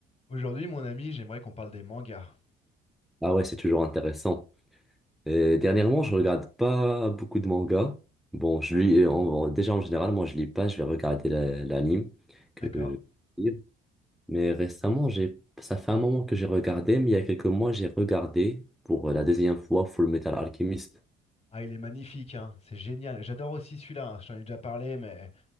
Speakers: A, on the left; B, in the centre.
A: Aujourd'hui, mon ami, j'aimerais qu'on parle des mangas.
B: Ah ouais, c'est toujours intéressant. Euh, dernièrement, je regarde pas beaucoup de mangas. Bon, je lis, en- en- déjà en général, moi je lis pas, je vais regarder la- l'anime que
A: D'accord?
B: euh, lire. Mais récemment, j'ai, ça fait un moment que j'ai regardé, mais il y a quelques mois, j'ai regardé pour la deuxième fois Full Metal Alchemist.
A: Ah, il est magnifique, hein. C'est génial. J'adore aussi celui-là, hein, Je t'en ai déjà parlé, mais